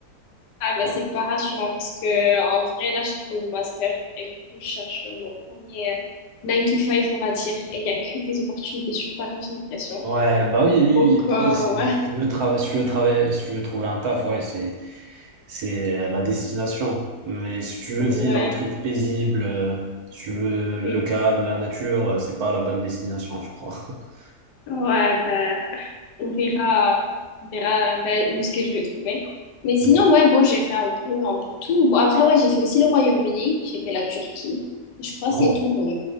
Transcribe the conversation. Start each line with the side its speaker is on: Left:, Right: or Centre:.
Left: Ah bah
Right: Ouais,
Left: c'est pas rassurant parce que en vrai là j'ai fini mon master et du coup je cherche mon premier euh, 9 to five on va dire et il y a que des opportunités sur Paris j'ai l'impression.
Right: Ouais, bah oui, oui,
Left: Donc
Right: oui, Paris,
Left: euh,
Right: c'est-
Left: ouais
Right: si tu veux travailler, si tu veux travailler, si tu veux trouver un taf, ouais, c'est, c'est la destination. Mais si tu veux vivre
Left: ouais
Right: un truc paisible, euh, si tu veux
Left: mm.
Right: le calme, la nature, euh, c'est pas la bonne destination, je crois. <laughs>
Left: ouais bah on verra on verra bah, où ce que je vais trouver. Mais sinon
Right: Mhm.
Left: ouais bon j'ai fait un peu un peu tout. Bon après ouais j'ai fait aussi le Royaume-Uni, j'ai fait la Turquie. Je crois que
Right: Oh,
Left: c'est tout.